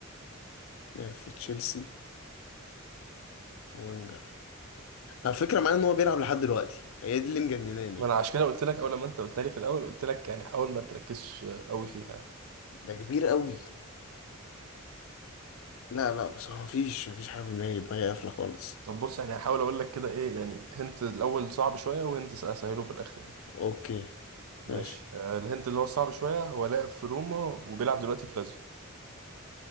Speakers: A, on the left (about 65°); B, on the right (about 80°).
A: لعب في تشيلسي وينجر على فكرة معايا إن هو بيلعب لحد دلوقتي هي دي اللي مجنناني
B: ما انا عشان كده قلت لك اول لما انت قلت لي في الاول قلت لك يعني حاول ما تركزش قوي فيها
A: ده كبير قوي لا لا بس هو مفيش مفيش حاجة في دماغي دماغي قافلة خالص
B: طب بص يعني هحاول اقول لك كده ايه يعني هنت الاول صعب شويه وهنت اسهله في الاخر يعني.
A: أوكي
B: ماشي
A: ماشي
B: آه، الهنت اللي هو الصعب شويه هو لاعب في روما وبيلعب دلوقتي في لازيو